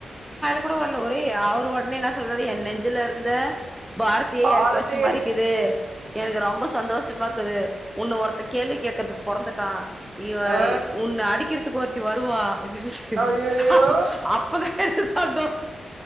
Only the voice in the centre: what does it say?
<unintelligible> ஒரே அவர் ஒட்னே என்ன சொல்றாரு என் நெஞ்சிலருந்த பாரத்தயே
எறக்கி வச்ச மாரிக்குது எனக்கு ரொம்ப சந்தோஷமா க்குது ஒன்ன ஒருத்த கேள்வி கே்கறதுக்கு பொறந்துட்டா இ
உன்ன அடிக்கறதுக்கு ஒருத்த தி வருவா <unintelligible>
அப்ப அப்ப தா எனக்கு சந்தோ